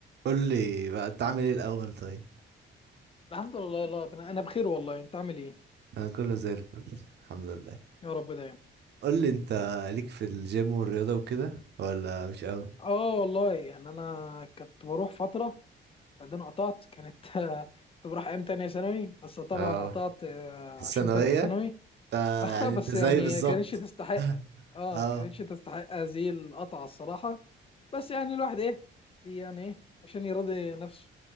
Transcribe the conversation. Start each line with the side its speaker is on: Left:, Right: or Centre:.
Right: قول لي بقى انت عامل ايه الاول طيب
Left: الحمد لله يلا ربنا انا بخير والله انت عامل ايه
Right: انا كله زي الفل الحمد لله
Left: يا رب دايما
Right: قول لي انت ليك في الجيم والرياضه وكده ولا مش قوي
Left: اه والله يعني انا كنت بروح فتره بعدين قطعت كانت <laughs> كنت بروح ايام تانية ثانوي بس طبعا
Right: اه
Left: قطعت آه،
Right: في الثانويه
Left: عشان تالتة ثانوي
Right: انت
Left: <laughs> اه
Right: يعني
Left: بس
Right: انت
Left: يعني
Right: زي بالظبط
Left: كانتش تستحق
Right: <laughs>
Left: اه
Right: اه
Left: كانتش تستحق هذه القطعه الصراحه بس يعني الواحد ايه بي- يعني ايه عشان يرضي نفسه